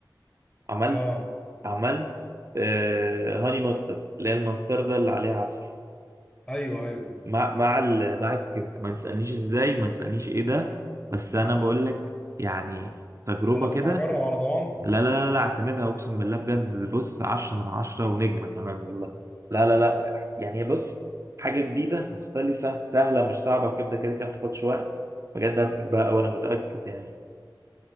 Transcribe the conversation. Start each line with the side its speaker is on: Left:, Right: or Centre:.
Right: عملت
Left: اه
Right: عملت آه هاني ماستر اللي هي الماستردة اللي عليها عسل
Left: ايوه ايوه
Right: مع مع ال- مع الكبده ما تسالنيش ازاي ما تسالنيش ايه ده بس انا بقول لك يعني تجربه
Left: خلاص
Right: كده
Left: انا هجرب على ضمانتك
Right: لا لا لا لا اعتمدها اقسم بالله بجد بص عشرة من عشرة ونجمة كمان والله لا لا لا يعني بص حاجة جديدة مختلفة سهلة مش صعبة كده كده كده بتاخدش وقت بجد هتحبها أوي أنا متأكد يعني